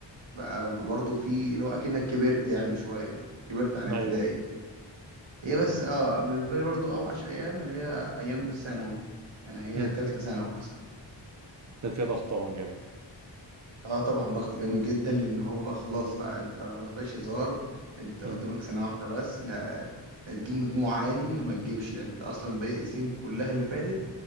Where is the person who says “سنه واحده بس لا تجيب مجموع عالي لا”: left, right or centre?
Right